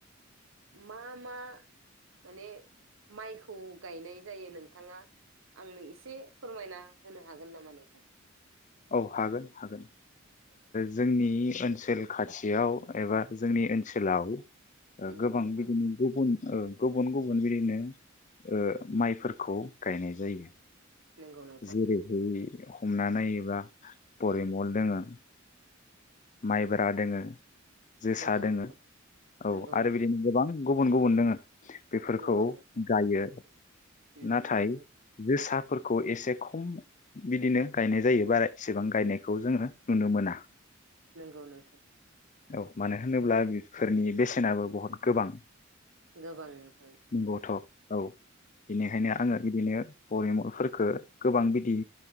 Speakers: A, on the right (about 70°); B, on the left (about 40°).
A: मा मा माने माइखौ गायनाय जायो नोंथाङा आंनो एसे फोरमायना होनो हागोन नामा नोंथां?
B: औ हागोन हागोन। जोंनि ओन्सोल खाथियाव एबा जोंनि
A: औ
B: ओन्सोलाव ओ
A: नंगौ
B: गोबां
A: नोंथां
B: बिदिनो गुबुन ओ गुबुन गुबुन बिदिनो ओ माइफोरखौ गायनाय जायो।
A: नंगौ नोंथां
B: जेरैहाय हमना नायोब्ला परिमल दोङो। माइब्रा दोङो। जोसा
A: नंगौ
B: दोङो
A: नोंथां
B: औ
A: नंगौ
B: आरो
A: नोंथां
B: बिदिनो गोबां। गुबुन गुबुन दोङो। बेफोरखौ
A: नंगौ नोंथां
B: गायो
A: उम
B: नाथाय
A: नंगौ
B: जोसा। फोरखौ एसे खम बिदिनो गायनाय जायो बारा एसेबां गायनायखौ जोङो नुनो मोना।
A: नंगौ नोंथां।
B: औ मानो होनोब्ला बेफोरनि बेसेनाबो बहुद गोबां।
A: गोबां नोंथां नंगौ।
B: नंगौथ' औ बेनिखायनो आङो बिदिनो परिमलफोरखो गोबां बिदि